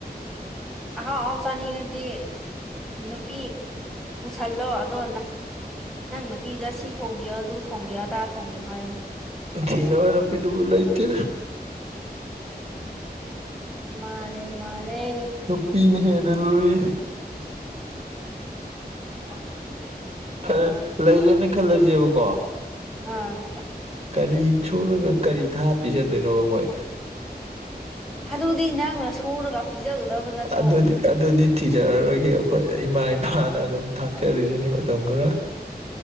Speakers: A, in the centre; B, on the right.
A: ꯑꯍꯥꯎ ꯑꯍꯥꯎ ꯆꯥꯅꯤꯡꯉꯗꯤ ꯅꯨꯄꯤ ꯄꯨꯁꯜꯂꯣ ꯑꯗꯣ ꯅꯪ ꯅꯨꯄꯤꯗ ꯁꯤ ꯊꯣꯡꯕꯤꯌꯣ ꯑꯗꯨ ꯊꯣꯡꯕꯤꯌꯣ ꯑꯗꯥ ꯊꯣꯡꯕꯤꯌꯣ ꯍꯥꯏ
B: ꯊꯤ ꯅꯕ ꯅꯄꯤꯗꯨꯕꯨ ꯂ ꯏꯇꯦ
A: ꯃꯥꯂꯦ ꯃꯥꯂꯦ
B: ꯄꯅ ꯍꯦꯅ ꯂꯨꯏ
A: ꯑ
B: ꯐꯔꯦ ꯂꯩꯔꯦꯅ ꯈꯜꯂꯁꯦꯕꯀꯣ
A: ꯑꯝ
B: ꯀꯔꯤ ꯁꯨꯔꯒ ꯀꯔꯤ ꯊꯥ ꯄꯤꯖꯗꯣꯏꯅꯣꯕ ꯃꯣꯏ
A: ꯑꯗꯨꯗꯤ ꯅꯪꯅ ꯁꯨꯔꯒ ꯄꯤꯖꯒꯗꯕ ꯅꯠꯇ꯭ꯔꯣ
B: ꯑꯗꯨꯗꯤ ꯑꯗꯨꯗꯤ ꯊꯤꯖꯔꯔꯣꯏꯒꯦ ꯑꯩꯈꯣꯏ ꯏꯃꯥ ꯏꯄꯥꯅ ꯑꯗꯨꯝ ꯊꯥꯛꯆꯔꯤꯁꯤꯅꯤ ꯃꯇꯝ ꯈꯔ